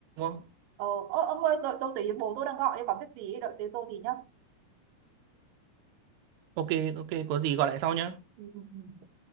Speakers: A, on the right; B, on the right.
A: không?
B: ờ, ô, ông ơi tôi, tôi tí bố tôi đang gọi em có việc gì ấy, đợi tí tôi tí nhá
A: Ok ok có gì gọi lại sau nhá.
B: ừ. ừ, ừ.